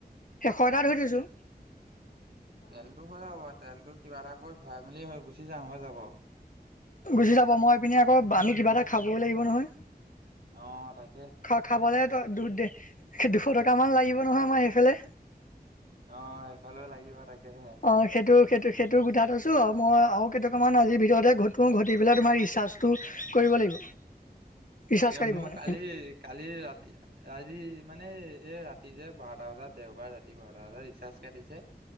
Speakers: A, on the left; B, on the right.
A: এশ এটা ধৰি দিছোঁ।
B: তেলতটো হৈ যাবাৰ তেলতটো কিবা এটা কৰি ভৰাই মেলি হৈ গুচি যাম হৈ যাব।
A: গুচি যাব মইপিনে আকৌ আমি কিবা এটা খাবই লাগিব নহয়।
B: অ, তাক
A: খ-খাবলৈ দু-দে-দুশ টকাামান লাগিব নহয় আমাৰ সেইফালে।
B: অ', এইফালেও লাগিব তাকেহে।
A: অ সেইটো সেইটো সেইটো গোটাই থৈছো আৰু মই আৰু কেইটকামান আজিৰ ভিতৰতে ঘটো, ঘটি পেলাই তোমাৰ ৰিচাৰ্জটো কৰিব লাগিব। ৰিচাৰ্জ
B: তাকে
A: কাটিব
B: মোৰ
A: মানে
B: কালি কালি ৰাতি আজি মানে এই ৰাতি যে বাৰটা বজাত দেওবাৰ ৰাতি বাৰটা বজাত ৰিচাৰ্জ কাটিছে